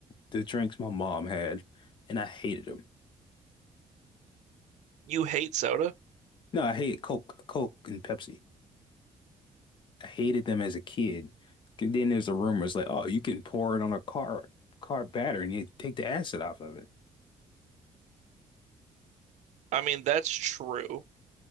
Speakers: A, on the left (about 40°); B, on the right (about 80°).
A: the drinks my mom had, and I hated them.
B: You hate soda?
A: No, I hated Coke, Coke and Pepsi. I hated them as a kid. And then there's the rumors like, oh, you can pour it on a car car battery and you take the acid off of it.
B: I mean, that's true,